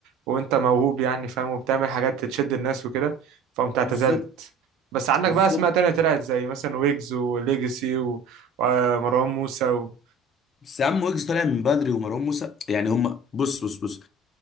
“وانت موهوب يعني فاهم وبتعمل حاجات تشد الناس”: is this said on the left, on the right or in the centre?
Right